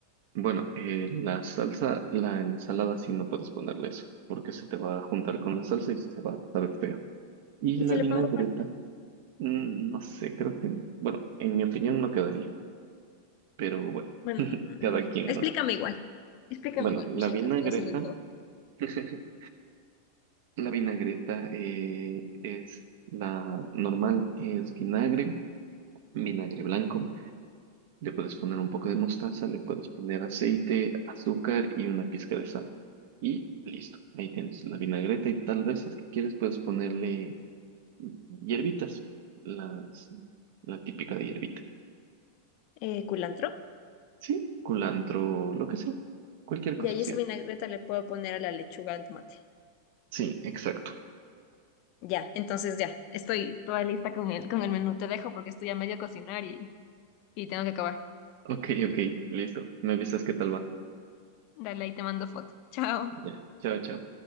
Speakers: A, on the right (about 50°); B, on the left (about 45°).
A: Bueno, eh, la salsa, la ensalada sí no puedes ponerle eso, porque se te va a juntar con la salsa y se va a saber feo. Y
B: Y
A: la
B: si le
A: vinagreta,
B: pongo, par-
A: mm, no sé, creo que, bueno, en mi opinión no quedaría, pero bueno,
B: bueno,
A: <laughs>
B: mm,
A: cada quien,
B: explícame
A: ¿no?
B: igual, explícame
A: Bueno,
B: igual,
A: la
B: por si
A: vinagreta,
B: acaso, no se me antoja.
A: <laughs> la vinagreta eh, es la normal, es vinagre vinagre blanco, le puedes poner un poco de mostaza, le puedes poner aceite, azúcar y una pizca de sal. Y listo, ahí tienes la vinagreta y tal vez si es que quieres puedes ponerle hierbitas, las, la típica de hierbita.
B: Eh, culantro.
A: Sí, culantro, lo que sea, cualquier cosa
B: Y ahí
A: sirve.
B: esa vinagreta le puedo poner a la lechuga al tomate.
A: Sí, exacto.
B: Ya, entonces ya, estoy toda lista con el, con el menú. Te dejo porque estoy a medio cocinar y, y tengo que acabar.
A: Ok, ok, listo. Me avisas qué tal va.
B: Dale, ahí te mando foto. Chao.
A: Ya, chao, chao.